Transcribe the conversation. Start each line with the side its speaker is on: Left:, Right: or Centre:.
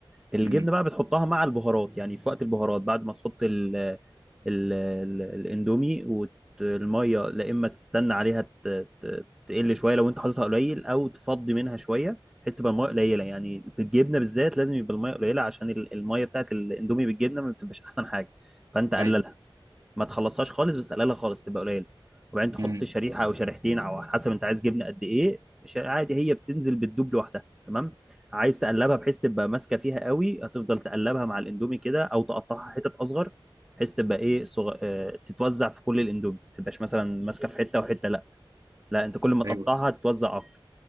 Centre: الجبنه
Right: امم
Centre: بقى بتحطها مع البهارات يعني في وقت البهارات بعد ما تحط ال ال ال الاندومي والميه لا اما تستنى عليها ت- ت- تقل شويه لو انت حاططها قليل او تفضي منها شويه بحيث تبقى الميه قليله يعني في الجبنه بالذات لازم يبقى الميه قليله عشان ال- الميه بتاعت الاندومي بالجبنه ما بتبقاش احسن حاجه فانت قللها
Right: ايوه
Centre: ما تخلصهاش خالص بس تقللها خالص تبقى قليله وبعدين تحط
Right: امم
Centre: شريحه او شريحتين او على حسب انت عايز جبنه قد ايه مش عادي هي بتنزل بتدوب لوحدها تمام عايز تقلبها بحيث تبقى ماسكه فيها قوي هتفضل تقلبها مع الاندومي كده او تقطعها حتت اصغر بحيث تبقى ايه صغ... آه، تتوزع في كل الاندومي ما تبقاش مثلا ماسكه في حته وحته لا لا انت كل ما تقطعها
Right: ايوه
Centre: تتوزع اكتر